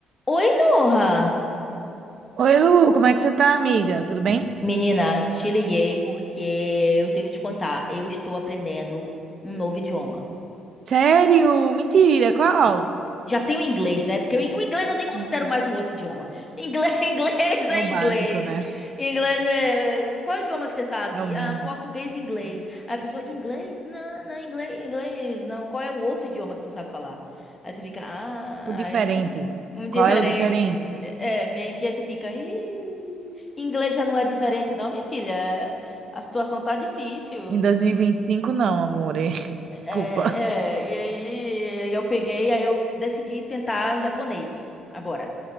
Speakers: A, on the left; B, on the right.
A: Oi, Noha!
B: Oi, Lu, como é que você tá, amiga? Tudo bem?
A: M- Menina, te liguei porque eu tenho que te contar. Eu estou aprendendo um novo idioma.
B: Sério? Mentira, qual?
A: Sim. Já tem o inglês, né? Porque o in- o inglês eu nem considero
B: Sim, sim.
A: mais um outro idioma. Inglês, <laughs> inglês é
B: É o básico,
A: inglês.
B: né?
A: Inglês é. Qual é o idioma que você sabe?
B: É o
A: Ah,
B: mínimo.
A: português e inglês. Aí a pessoa, inglês? Não, não, inglês, inglês. Não, qual é o outro idioma que tu sabe falar? Aí você fica, ah,
B: O diferente.
A: é. Um diferente.
B: Qual é o diferente?
A: É, é, meio que aí você fica, ih, inglês já não é diferente, não, minha filha. A situação tá difícil.
B: Em dois mil e e vinte e cinco não, amor. <laughs>
A: É,
B: Desculpa.
A: é, e aí eu peguei, aí eu decidi tentar japonês agora.